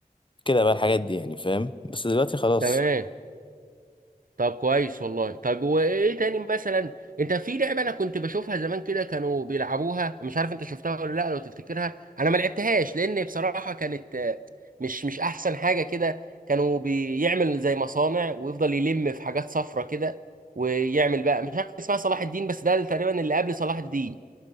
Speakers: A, on the left; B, on the right.
A: كده بقى الحاجات دي يعني فاهم بس دلوقتي خلاص
B: تمام طب كويس والله طب وايه تاني مثلا انت في لعبه انا كنت بشوفها زمان كده كانوا بيلعبوها مش عارف انت شفتها ولا لا لو تفتكرها انا ما لعبتهاش لان بصراحه كانت آه، مش مش احسن حاجه كده كانوا بيعمل زي مصانع ويفضل يلم في حاجات صفرة كده ويعمل بقى مش عارف اسمها صلاح الدين بس ده تقريبا اللي قبل صلاح الدين